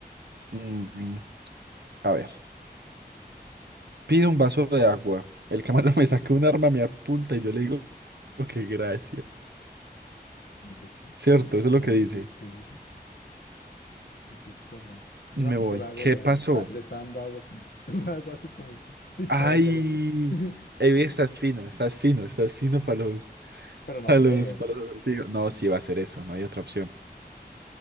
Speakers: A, on the right; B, on the left.
A: mm, a ver, pido un vaso de agua, el camarón me saca un arma, me apunta y yo le digo que gracias.
B: En efecto,
A: Cierto,
B: eso está
A: eso
B: pasando.
A: es lo que dice.
B: Sí, sí, sí. Una pistola. Una
A: Y me
B: pistola
A: voy.
B: de agua
A: ¿Qué
B: y la
A: pasó?
B: está, le está dando agua <laughs> con una pistola de agua así como <laughs> disparándole.
A: Ay,
B: <laughs>
A: Evi, estás fino, estás fino, estás fino para los,
B: Pero no
A: para
B: creo.
A: los, para los acertijos. No, sí va a ser eso, no hay otra opción.